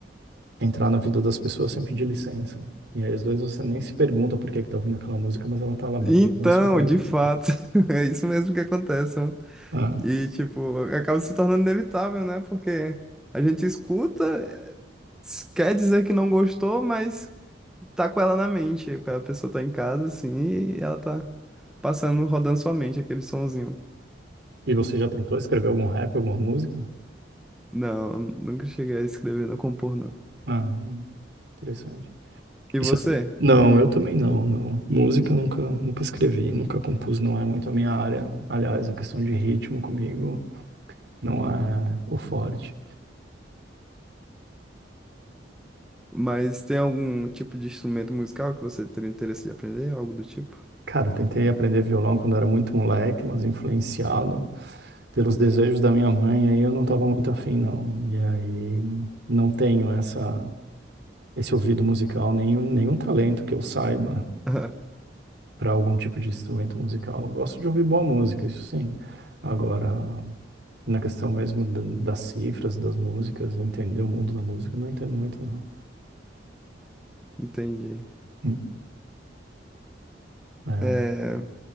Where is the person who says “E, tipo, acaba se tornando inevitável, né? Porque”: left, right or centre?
Centre